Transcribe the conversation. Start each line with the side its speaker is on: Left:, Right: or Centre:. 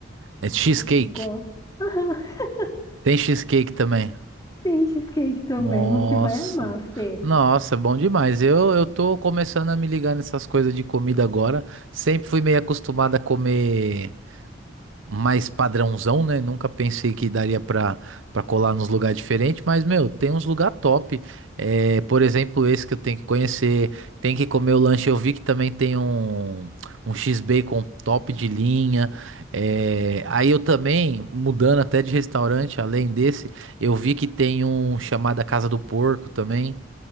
Right: É cheesecake.
Left: O que gosta? <laughs>
Right: Tem cheesecake também.
Left: Tem cheesecake também,
Right: Nossa.
Left: você vai amar, Fê.
Right: Nossa, é bom demais. Eu, eu tô começando a me ligar nessas coisas de comida agora. Sempre fui meio acostumado a comer mais padrãozão, né? Nunca pensei que daria pra, pra colar nos lugares diferentes, mas, meu, tem uns lugar top. É, por exemplo, esse que eu tenho que conhecer, tem que comer o lanche. Eu vi que também tem um, um X-Bacon top de linha. É, aí eu também, mudando até de restaurante, além desse, eu vi que tem um chamado a Casa do Porco também.